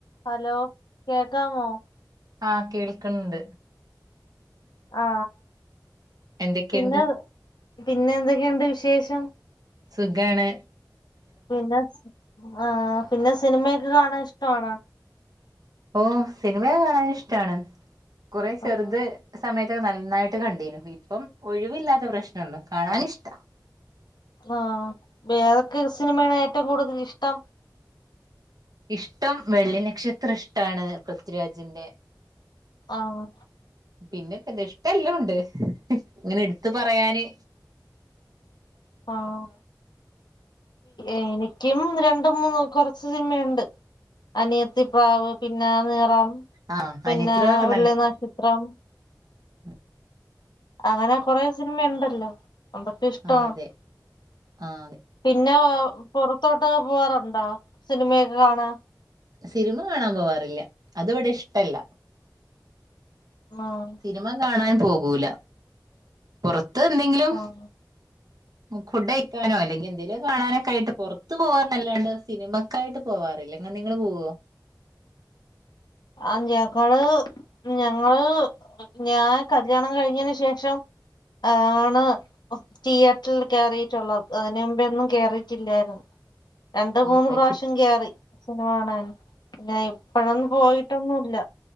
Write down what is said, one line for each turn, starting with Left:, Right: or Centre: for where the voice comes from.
Left: Hello കേക്കാമോ
Right: ആകേൾക്കണ്ട്
Left: ആ
Right: എന്തൊക്കെയുണ്ട്
Left: പിന്നെ പിന്നെ എന്തൊക്കെയുണ്ട് വിശേഷം
Right: സുഗണ്
Left: പിന്നെ ആഹ പിന്നെ സിനിമയൊക്ക്െ കാണാൻ ഇഷ്ടണ
Right: ഓ സിനിമയെ കാണൻ ഇഷ്ടാണ് കുറ ചെറുത്
Left: ആഹ്
Right: സമയ നന്നായിട്ട് കണ്ടേന ഇപ്പം ഒഴിവില്ലാത്ത പ്രശ്നം ഉള്ളു കാണൻ ഇഷ്ട
Left: ആഹ ഏതൊക്കെ സിനിമയാണ് ഏറ്റവും കൂടുതൽ ഇഷ്ടം
Right: ഇഷ്ടം വെള്ളി നക്ഷത്രം ഇഷ്ടമാണ് പൃഥ്വിരാജിന്റെ
Left: ആഹ
Right: പിന്നെപ്പ ഇഷ്ട എല്ലാം ഉണ്ട് ഇങ്ങനെ എടുത്ത് പറയാാന്
Left: ആഹ എനിക്കും രണ്ട് ര മൂന്ന് കുറച്ച് സിനിമുണ്ട് അനിയത്തിപ്രാവ് പിന്നെ നിറം
Right: ആ
Left: പിന്നെ
Right: അനിയത്തികളൊക്കെ
Left: വെള്ളി നക്ഷത്രം
Right: ആഹ
Left: അങ്ങനെ കൊറ സിനിമ ഉണ്ടല്ലോ എന്തൊക്കെ ഇഷ്ടമാണ്
Right: ആ അതെ ആ അതെ
Left: പിന്നെ പുൊറത്തോട്ട ട്ടൊ പോവാറുണ്ടോ സിനിമയൊക്കെ കാണാൻ
Right: സിനിമ കാണാൻ പോവാറില്ല അത് ഇവിടെ ഇഷ്ടല്ല
Left: ആഹ്
Right: സിനിമ കാണൻ പോകൂല പുറ ത്ത ന്തെങ്കിലും
Left: ആഹ്
Right: ഫുഡ് അയ്ക്കാനോ അല്ലെങ്കി എന്തേലോ കാണാനൊക്കെ ആയിട്ട് പുറത്ത്ു പോവാന്നല്ലാണ്ട് സിനിമക്ക ആയിട്ട് പോവാറില്ല ങ്ങെ നിങ്ങള് പോവോ
Left: ആ ജേക്കാള് ഞങ്ങള് ഞാൻ കല്യാണം കഴിഞ്ഞന് ശേഷം ആണ് തിയേറ്ററിൽ കയറിയിട്ടുള്ളത് അതിന് മുമ്പൊന്നും കേറിയിട്ടില്ലായിരുന്നു രണ്ടു
Right: ഓ
Left: മൂന്ന്
Right: അത്
Left: പ്രാവശ്യം കേറി സിനിമ കാണ <inaudible> പിന്ന ഇപ്പഴ ഒന്ന് പോയി ട്ടൊന്നുല്ല